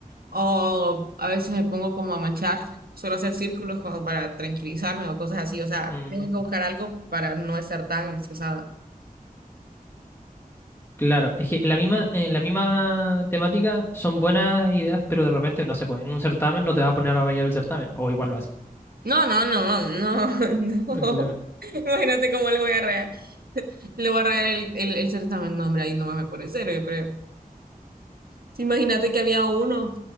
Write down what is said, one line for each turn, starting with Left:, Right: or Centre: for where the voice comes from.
Right: o a veces me pongo como a manchar, suelo hacer círculos como para tranquilizarme o cosas así, o sea,
Left: Mm,
Right: tengo que buscar algo para no estar tan estresada.
Left: Claro, es que la misma, en la misma temática son buenas ideas, pero de repente no se puede. En un certamen no te va a poner a rayar el certamen, o igual lo hace.
Right: No, no, no, no, <laughs> no,
Left: Claro,
Right: imagínate cómo le voy a rear, le voy a rear el, el, el certamen, no, hombre, ahí nomás me pone cero, yo creo. Sí, imagínate que había uno